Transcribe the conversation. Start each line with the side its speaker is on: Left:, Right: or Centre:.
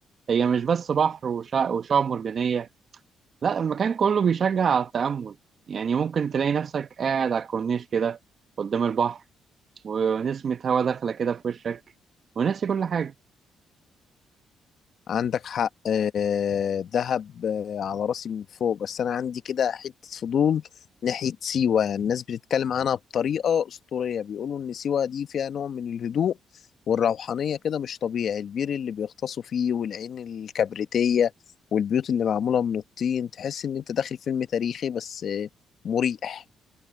Right: هي مش بس بحر وشع- وشعاب مرجانية لا المكان كله بيشجع على التأمل يعني ممكن تلاقي نفسك قاعد على الكورنيش كده قدام البحر ونسمة هوا داخلة كده في وشك وناسي كل حاجة
Left: عندك حق آه، دهب آه، على راسي من فوق بس انا عندي كده حتة فضول ناحية سيوة يعني الناس بتتكلم عنها بطريقة أسطورية بيقولوا ان سيوة دي فيها نوع من الهدوء والروحانية كده مش طبيعي البير اللي بيغطسوا فيه والعين الكبريتية والبيوت اللي معمولة من الطين تحس ان انت داخل فيلم تاريخي بس آه، مريح